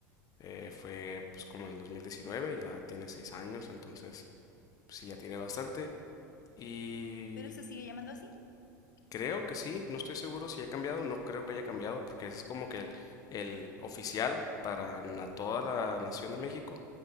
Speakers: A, on the left; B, on the left.
A: Eh, fue pues como en el 2019, ya tiene seis años, entonces pues, sí, ya tiene bastante. Y
B: Pero se sigue llamando así.
A: creo que sí, no estoy seguro si ha cambiado, no creo que haya cambiado, porque ese es como que el, el oficial para na- toda la nación de México.